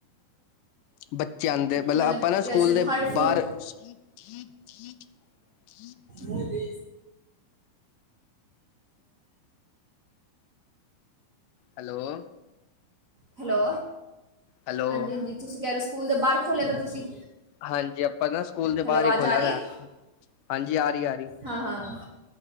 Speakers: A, on the left; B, on the right.
A: ਬੱਚੇ ਆਂਦੇ, ਮਤਲਬ
B: ਕਿ
A: ਆਪਾਂ ਨਾ
B: ਰੈਸਟੋਰੈਂਟ
A: ਸਕੂਲ ਦੇ
B: ਹਰ ਫੂਡ
A: ਬਾਰ। <unintelligible>
B: ਹਾਂਜੀ।
A: ਹੈਲੋ,
B: ਹੈਲੋ,
A: ਹੈਲੋ
B: ਹਾਂਜੀ- ਹਾਂਜੀ, ਤੁਸੀਂ ਕਹਿ ਰਹੇ ਸਕੂਲ ਦੇ ਬਾਹਰ ਖੋਲਿਆ ਤਾਂ ਤੁਸੀਂ।
A: ਹਾਂਜੀ, ਆਪਾਂ ਨਾ ਸਕੂਲ ਦੇ
B: ਹੈਲੋ
A: ਬਾਹਰ
B: ਆਵਾਜ਼
A: ਹੀ ਖੋਲਿਆ
B: ਆ ਰਹੀ
A: ਦਾ।
B: ਹੈ
A: ਹਾਂਜੀ ਆ ਰਹੀ ਆ ਰਹੀ।
B: ਹਾਂ- ਹਾਂ।